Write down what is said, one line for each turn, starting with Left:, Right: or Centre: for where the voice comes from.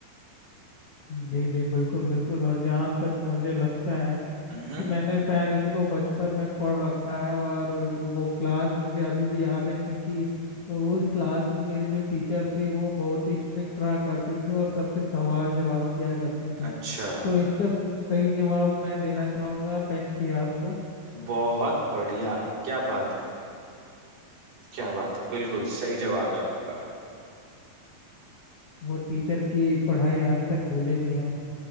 Left: जी जी बिल्कुल बिल्कुल और जहाँ तक मुझे लगता है
Right: हम्म
Left: कि मैंने शायद इसको बचपन में पढ़ रखा है और वो क्लास मुझे अभी भी याद है क्योंकि उस क्लास में मेरी जो टीचर थी वो बहुत ही स्ट्रिक्ट रहा करती थी और सबसे सवाल जवाब किया करती थी
Right: अच्छा
Left: तो इसका सही जवाब मैं देना चाहूंगा पेनक्रियास को
Right: बहुत बढ़िया क्या बात है क्या बात है बिल्कुल सही जवाब है आपका
Left: वो टीचर की पढ़ाई आज तक भूले नहीं हम